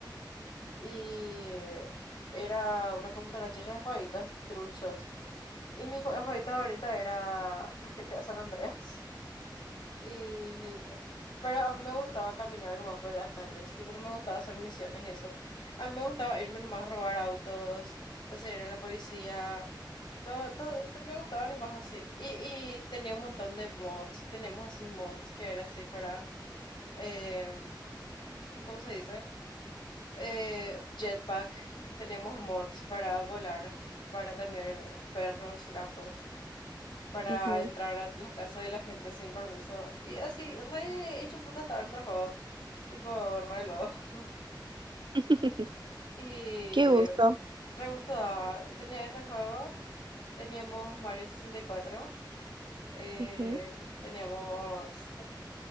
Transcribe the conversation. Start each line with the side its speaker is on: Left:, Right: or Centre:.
Left: Y eh, era una computadora llena de jueguitos truchos. Y mi jue- jueguito ahorita era <laughs> G T a San Andreas. Y, pero a mí me gustaba caminar nomás por las calles, tipo, no me gustaba hacer misiones y eso. A mí me gustaba irme nomás a robar autos, perseguir a la policía, todo, todo, te- me gustaba nomás así. Y, y tenía un montón de mods, teníamos así mods que era así para, em, ¿cómo se dice? Eh, jetpack, teníamos mods para volar, para tener perros, gatos para
Right: ujú.
Left: entrar a las casas de la gente sin permiso. Y así, re hecho puta estaba nuestro juego. Tipo, re luego.
Right: <laughs>
Left: <laughs> Y
Right: Qué gusto.
Left: re gusto daba. Tenía ese juego. Teníamos Mario 64. eh,
Right: ujú.
Left: teníamos.